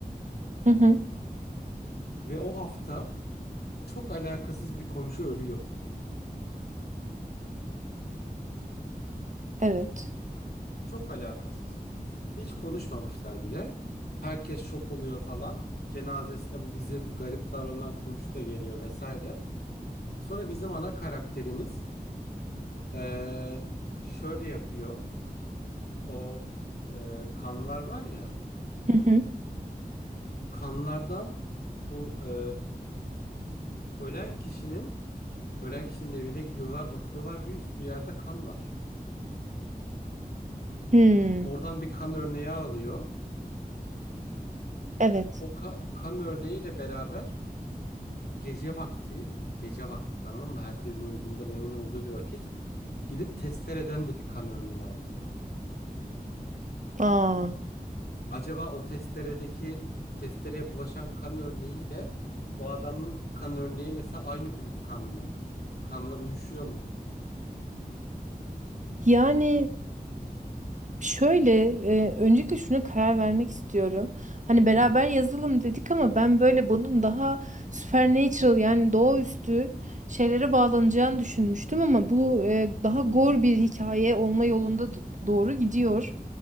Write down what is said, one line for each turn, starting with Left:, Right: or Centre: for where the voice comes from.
Right: Hı hı.
Left: Ve o hafta çok alakasız bir komşu ölüyor.
Right: Evet.
Left: Çok alakasız. Hiç konuşmamışlar bile. Herkes şok oluyor falan. Cenazesine bu bizim garip davranan komşu da geliyor vesaire. Sonra bizim ana karakterimiz e, şöyle yapıyor. O e, kanlar var ya.
Right: Hı hı.
Left: kanlardan bu e, ölen kişinin ölen kişinin evine gidiyorlar bakıyorlar bir sürü yerde kan var.
Right: Hmm.
Left: Oradan bir kan örneği alıyor.
Right: Evet.
Left: O ka- kan örneğiyle beraber gece vakti gece vakti tamam mı? Herkesin uyuduğundan emin olduğu bir vakit gidip testereden de bir kan örneği alıyor.
Right: Aa.
Left: Acaba o testeredeki testereye bulaşan kan örneğiyle o adamın kan örneği mesela aynı grup kanlı. Kanlar uyuşuyor mu?
Right: Yani Şöyle, e, öncelikle şuna karar vermek istiyorum. Hani beraber
Left: Hı hı.
Right: yazalım dedik ama ben böyle bunun daha supernatural yani doğaüstü şeylere bağlanacağını düşünmüştüm ama bu e, daha gore
Left: hı hı.
Right: bir hikaye olma yolunda d- doğru gidiyor.